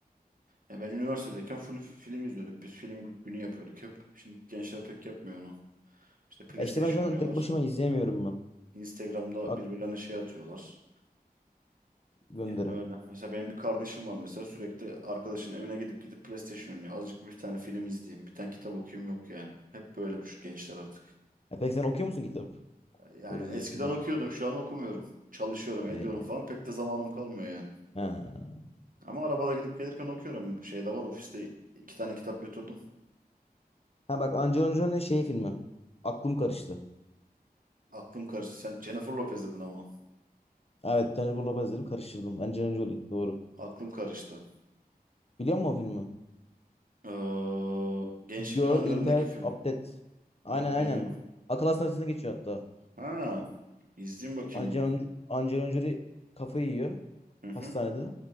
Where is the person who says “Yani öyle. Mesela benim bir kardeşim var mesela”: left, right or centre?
Right